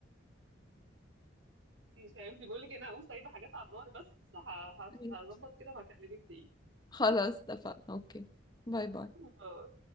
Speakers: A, on the right; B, on the left.
A: مش عارفه بقول لك انا هقوم سايبه حاجات على النار بس ه- هت-
B: <laughs>
A: هظبط كده وهكلمك تاني
B: خلاص اتفقنا اوكي باي باي
A: باي.